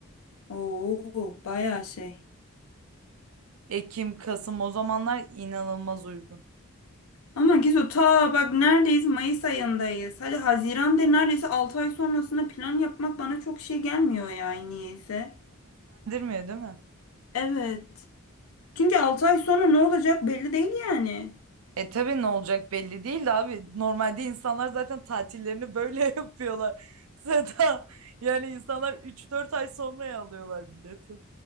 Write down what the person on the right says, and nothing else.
Ekim Kasım o zamanlar inanılmaz uygun.
Heveslendirmiyor değil mi?
E tabii ne olacak belli değil de abi. Normalde insanlar zaten tatillerini böyle <laughs> yapıyorlar. Zaten yani insanlar üç dört ay sonraya alıyorlar bileti.